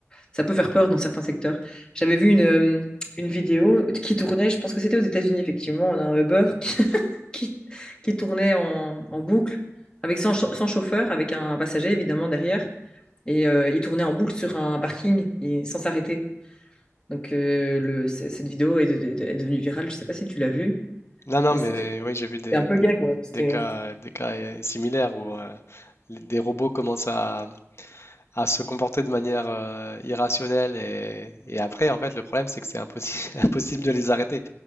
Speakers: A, on the left; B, on the left.
A: ça peut faire peur dans certains secteurs. J'avais vu une, euh, une vidéo qui tournait, je pense que c'était aux États-Unis, effectivement, d'un Uber qui, <laughs> qui, qui tournait en, en boucle, avec sans, cha- sans chauffeur, avec un passager, évidemment, derrière. Et euh, il tournait en boucle sur un parking et sans s'arrêter. Donc, euh, le, c- cette vidéo est, de- de- est devenue virale. Je ne sais pas si tu l'as vue,
B: Non, non,
A: mais
B: mais
A: c'était
B: oui, j'ai vu des,
A: c'était un peu
B: des-
A: gag, ouais. mais C'était
B: des cas, des cas euh, similaires où euh, les- des robots commencent à, à se comporter de manière euh, irrationnelle et, et après, en fait, le problème, c'est que c'est impossible, <laughs> impossible de les arrêter.